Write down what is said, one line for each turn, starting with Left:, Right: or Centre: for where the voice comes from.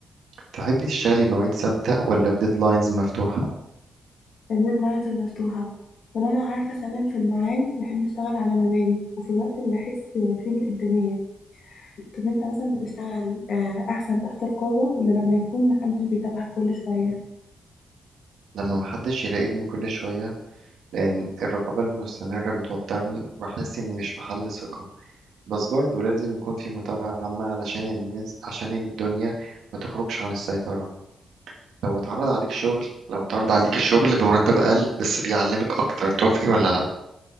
Right: تحبي تشتغلي بمواعيد ثابتة ولا بديدلاينز مفتوحة
Left: الديدلاينز مفتوحة طالما عارفة أسلم في الميعاد بحب أشتغل على مزاجي وفي الوقت اللي أحس فيه بالإنتاجية طب أنت مثلا بتشتغل آه، أحسن تحت رقابة ولا لما يكون محدش بيتابعك كل شوية؟
Right: لما محدش يراقبني كل شوية لأن الرقابة المستمرة بتوترني وبحس إني مش بحل ثقة بس برضه لازم يكون في متابعة عامة علشان الناس عشان الدنيا ما تخرجش عن السيطرة لو اتعرض عليك شغل لو اتعرض عليك الشغل بمرتب أقل بس بيعلمك أكتر توافقي ولا لأ